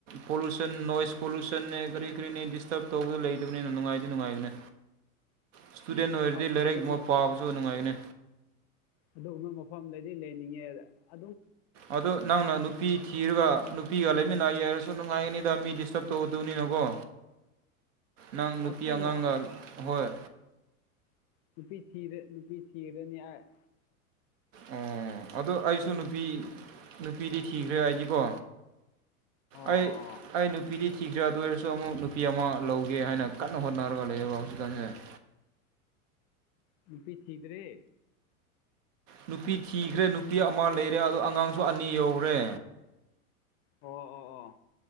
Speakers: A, on the right; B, on the left.
A: ꯄꯣꯂꯨꯁꯟ ꯅꯣꯏꯁ ꯄꯣꯂꯨꯁꯟꯅꯦ ꯀꯔꯤ ꯀꯔꯤꯅꯦ ꯗꯤꯁꯇꯔꯕ ꯇꯧꯔꯒ ꯂꯩꯇꯕꯅꯤꯅ ꯅꯨꯡꯉꯥꯏꯗꯤ ꯅꯨꯡꯉꯥꯏꯕꯅꯦ ꯏꯁꯇꯨꯗꯦꯟ ꯑꯣꯏꯔꯗꯤ
B: ꯑꯁ
A: ꯂꯥꯏꯔꯤꯛꯃ
B: ꯑꯗꯨꯒꯨꯝꯕ
A: ꯄꯥꯕꯁꯨ ꯅꯨꯡꯉꯥꯏꯅꯦ
B: ꯑꯗꯨꯒꯨꯝꯕ ꯃꯐꯝ ꯂꯩꯗꯤ ꯂꯩꯅꯤꯡꯉꯦꯗ ꯑ
A: ꯑꯗꯨ ꯅꯪꯅ ꯅꯨꯄꯤ ꯊꯤꯔꯒ ꯅꯨ ꯄꯤꯒ ꯂꯩꯃꯤꯟꯅꯒꯦ ꯍꯥꯏꯔꯁꯨ ꯅꯨꯡꯉꯥꯏꯅꯤꯗ ꯃꯤ ꯗꯤꯁꯇꯔꯕ ꯇꯧꯗꯕꯅꯤꯅꯀꯣ ꯅꯪ
B: ꯑꯁꯦꯡꯕ
A: ꯅꯨꯄꯤ ꯑꯉꯥꯡꯒ
B: ꯑꯁ
A: ꯍꯣꯏ
B: ꯅꯨꯄꯤ ꯊꯤꯔ ꯅꯨꯄꯤ ꯊꯤꯔꯅꯤ ꯑꯩ
A: ꯑꯣ ꯑꯗꯨ ꯑꯩꯁꯨ ꯅꯨꯄꯤ ꯅꯨꯄꯤꯗꯤ ꯊꯤꯈ꯭ꯔꯦ ꯑꯩꯗꯤꯀꯣ
B: ꯑꯣ
A: ꯑꯩ
B: ꯑꯣ
A: ꯑꯩ ꯅꯨꯄꯤꯗꯤ ꯀꯤꯖꯗꯧꯔꯁꯨ ꯑꯃꯨꯛ ꯅꯨꯄꯤ ꯑꯃ ꯂꯧꯒꯦ ꯍꯥꯏꯅ ꯀꯟꯅ ꯍꯣꯠꯅꯔꯒ ꯂꯩꯌꯦꯕ ꯍꯧꯖꯤꯛꯀꯥꯟꯁꯦ <inaudible>
B: ꯅꯨꯄꯤ ꯊꯤꯗꯔꯦ
A: ꯅꯨꯄꯤ ꯊꯤꯒꯔꯦ ꯅꯨꯄꯤ ꯑꯃ ꯂꯩꯔꯦ ꯑꯗꯣ ꯑꯉꯥꯡꯁꯨ ꯑꯅꯤ ꯌꯥꯎꯒꯔꯦ
B: ꯑꯣ ꯑꯣ ꯑꯣ